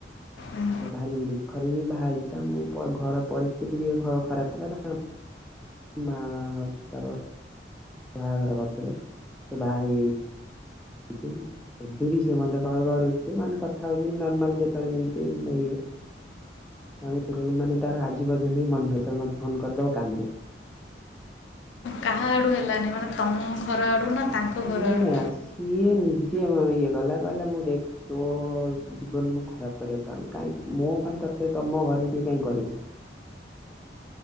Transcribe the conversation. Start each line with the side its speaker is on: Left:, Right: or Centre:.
Left: ହୁଁ।
Centre: ଏ ବାହାରି ଦୁଃଖରେ ବି ବାହାହେଇଛି। ତାଙ୍କ ଘର ପରିସ୍ଥିତି ଟିକେ ଖରାପ ଥିଲା। ତାଙ୍କ ମା-ଆ, ବାବା ବାହାଘର କରିଦେଲେ। ସେ ବାହା ହେଇଆଇ କିଚି ହେଇନି। ଏବେ ବି ସେମତେ କଲ୍ କରୁଛି। ମାନେ କଥା ହଉଛି, ନର୍ମାଲ ଯେତେବେଳେ ଯେମିତି ଇଏ ମାନେ ତାଙ୍କ ମାନେ ତାର, ଆଜି ପର୍ଯ୍ୟନ୍ତ ବି ମନ ଦୁଃଖ ମତେ ଫୋନ୍ କରିଦବ କାନ୍ଦେ।
Left: କାହା ଆଡ଼ୁ ହେଲାନି। ମାନେ ତମ ଘର ଆଡ଼ୁ ନା ତାଙ୍କ ଘର
Centre: ନା
Left: ଆଡ଼ୁ
Centre: ସିଏ ନିଜେ ଇଏ କଲା। କହିଲା ମୁଁ ଦେଖ୍ ତୋ ଜୀବନ ମୁଁ ଖରାପ କରିବାକୁ ଚାହୁଁନି। କାହିଁ ମୋ ପାଇଁ, ତତେ ତମ ଘରେ କିଏ କାହିଁ କହିବେ?